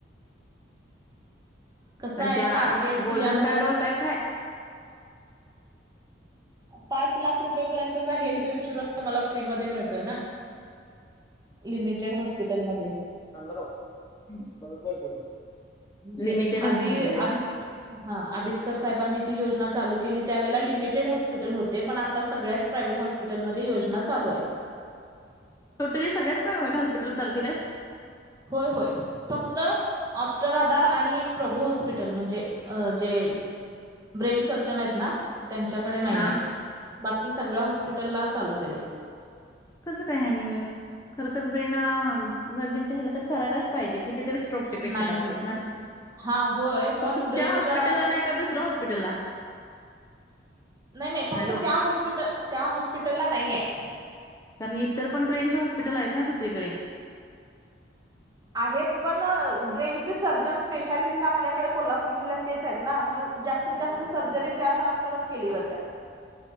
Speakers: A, on the right; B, on the left.
A: कसं
B: पण
A: आहे
B: त्या
A: टार्गेट
B: गोल्डन
A: दिल्यामुळं
B: कार्ड वर काय फाय
A: पाच लाख रुपयेपर्यंतचा हेल्थ इन्शुरन्स तुम्हाला फ्री मध्ये मिळतोय ना. लिमिटेड हॉस्पिटल मध्ये
B: थांब जरा परत जायचं का
A: म्हणजे
B: लिमिटेड आहे
A: आधी
B: म्हणली ना.
A: हा आंबिडकर साहेबांनी ती योजना चालू केली त्यावेळेला लिमिटेड हॉस्पिटल होते पण आता सगळ्याच प्रायव्हेट हॉस्पिट हॅस्पिटल मध्ये योजना चालू ये.
B: टोटली सगळ्याच प्रायव्हेट हॉस्पिटला चालू केल्यात?
A: हो होय फक्त उत्तर आधार आणि प्रभू हॉस्पिटल म्हणजे जे ब्रेन सर्जन आहेत ना त्यांच्याकडे नाहीये
B: हा.
A: बाकी सगळ्या हॉस्पिटला चालू केले.
B: कसं काय हा नियम खर तर ब्रेन अ सर्जन ह्याला तर करायलाच पाहिजे कितीतरी स्ट्रोक् पेशंट
A: नाही नाही
B: असतात
A: ती
B: ना
A: हां होय पण
B: फक्त
A: ब्रेनच्या
B: त्या हॉस्पिटलला नाही का दुसऱ्या हॉस्पिटलला
A: नाही नाही फक्त
B: हॅलो
A: त्या हॉस्पिटल त्या हॉस्पिटलला नाहीये.
B: आणि इतर पण ब्रेनचे हॉस्पिटल आहेत ना दुसरीकडे
A: आहेत पण ब्रेनचे सर्जन स्पेशालिस्ट आपल्याकडे कोल्हापूर जिल्ह्यात तेच आहेत ना मग जास्तीत जास्त सर्जरी त्या सरांकडेच केली जात्या.